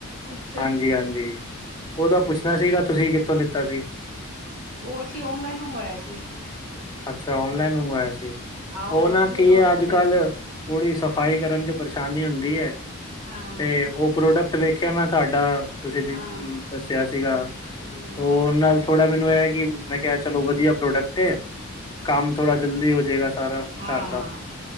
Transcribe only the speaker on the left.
ਹਾਂਜੀ <inaudible> ਉਹਦਾ ਪੁੱਛਣਾ ਸੀਗਾ ਤੁਸੀਂ ਕਿੱਥੋਂ ਲਿੱਤਾ ਸੀ?
ਅੱਛਾ ਔਨਲਾਈਨ ਮੰਗਵਾਇਆ ਸੀ।
ਉਹ
ਨਾ
ਕੀ
ਹੈ ਅੱਜ ਕੱਲ੍ਹ ਥੋੜੀ ਸਫ਼ਾਈ ਕਰਨ ਚ ਪਰੇਸ਼ਾਨੀ ਹੁੰਦੀ ਏ।
ਤੇ ਉਹ ਪ੍ਰੋਡਕਟ ਵੇਖਿਆ ਮੈਂ ਤੁਹਾਡਾ ਤੁਸੀਂ,
ਹਮ ਦੱਸਿਆ ਸੀਗਾ
ਉਹ ਨਾਲ, ਥੋੜਾ ਮੈਨੂੰ ਇਹ ਕਿ ਮੈਂ ਕਿਹਾ ਚਲੋ ਵਧੀਆ, ਪ੍ਰੋਡਕਟ ਕੰਮ ਥੋੜਾ ਜਲਦੀ ਜਾਏਗਾ ਸਾਰਾ
ਘਰ ਦਾ